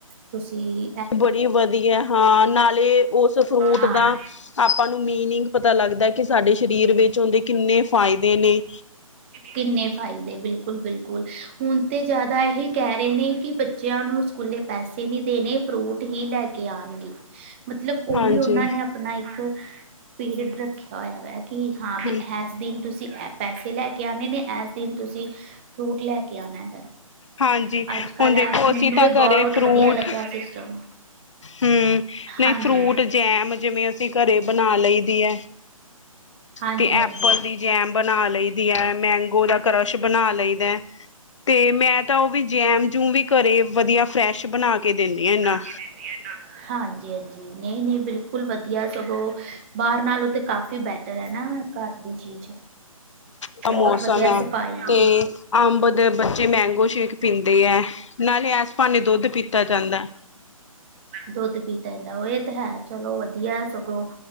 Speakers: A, on the right (about 20°); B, on the left (about 55°).
A: ਤੁਸੀ
B: ਬੜੀ ਵਦੀਐ, ਹਾਂ ਨਾਲੇ ਓਸ ਫਰੂਟ
A: ਹਾਂ
B: ਦਾ ਆਪਾਂ ਨੂੰ ਮੀਨਿਂਗ ਪਤਾ ਲਾਗਦੈ ਕਿ ਸਾੱਡੇ ਸਰੀਰ ਵਿੱਚ ਓਂਦੇ ਕਿੰਨੇ ਫਾਇਦੇ ਨੇ।
A: ਕਿੰਨੇ ਫਾਯਦੇ, ਬਿਲਕੁਲ, ਬਿਲਕੁਲ ਹੁਨ ਤੇ ਜਾਦਾ ਏਹੇ ਕੈ ਰੇ ਨੇ ਕਿ ਬ ਬੱਚਯਾ ਨੂੰ ਸਕੂਲੇ ਪੈਸੇ ਨੀ ਦੇਨੇ ਫਰੂਟ ਹੀ ਲੈ ਕੇ ਆਨਗੇ, ਮਤਲਬ ਓ
B: ਹਾਂਜੀ
A: ਵੀ ਓਨਾਂ ਨੇ ਆਪਨਾ ਇੱਕ ਪੀਰੀਅਡ ਰੱਖਯਾ ਹੋਯਾ ਵੈ ਕਿ ਹਾਂ ਵੀ
B: ਹਾਂਜੀ
A: ਇਸ ਦਿਨ ਤੁਸੀ ਐ ਪੈਸੇ ਲੈ ਕੇ ਆਨੇ ਨੇ, ਐਸ ਦਿਨ ਤੁਸੀ ਫਰੂਟ ਲੈ ਕੇ ਆਨਾ ਹੈਗੈ।
B: ਹਾਂਜੀ
A: ਅੱਜ-ਕੱਲ
B: ਹੁਣ ਦੇਖੋ
A: ਐ
B: ਅਸੀਂ
A: ਮੈਨੂੰ
B: ਤਾਂ
A: ਵੀ
B: ਘਰੇ
A: ਬੋਤ
B: ਫਰੂਟ
A: ਵਦੀਆ ਲੱਗਾ ਸਿਸਟਮ।
B: ਹੂੰ, ਨਈ
A: ਹਾਂਜੀ
B: ਫਰੂਟ ਜੈਮ ਜਿਵੇਂ ਅਸੀ ਘਰੇ ਬਨਾ ਲਈ ਦੀ ਐ।
A: ਹਾਂਜੀ-ਹਾਂਜੀ
B: ਤੇ ਐਪਲ ਦੀ ਜੈਮ ਬਨਾ ਲਈ ਦੀ ਐ, ਮੈਂਗੋ ਦਾ ਕਰਸ਼ ਬਨਾ ਲਈ ਦੈ। ਤੇ ਮੈਂ ਤਾ ਓਵੀ ਜੈਮ, ਜੂਮ ਵੀ ਘਰੇ ਵਦੀਆ ਫਰੈਸ਼ ਬਨਾ ਕੇ ਦੇਂਨੀ ਆ ਏਨਾ
A: <unintelligible> ਹਾਂਜੀ, ਹਾਂਜੀ, ਨਈ, ਨਈ ਬਿਲਕੁਲ ਵਦੀਆ ਸਗੋ ਬਾਰ ਨਾਲੋ ਤੇ ਕਾਫ਼ੀ ਬੈਟ ਬੈਟਰ ਐਨਾ ਘਰ ਦੀ ਚੀਜ਼
B: ਦਾ
A: ਬਹੁਤ
B: ਮੌਸਮ
A: ਵਧੀਆ
B: ਐ,
A: ਸਫ਼ਾਈ ਦੀ
B: ਤੇ ਅੰਬ ਦੇ ਬੱਚੇ ਮੈਂਗੋ ਸ਼ੇਕ ਪੀਂਦੇ ਐ, ਨਾਲੇ ਐਸ ਪਾਨੇ ਦੋੱਧ ਪੀਤਾ ਜਾਂਦੈ।
A: ਦੋੱਧ ਪੀਤਾ ਜਾਂਦੈ, ਓ ਏ ਤੇ ਹੈ, ਚਲੋ ਵਦੀਐ ਸਗੋਂ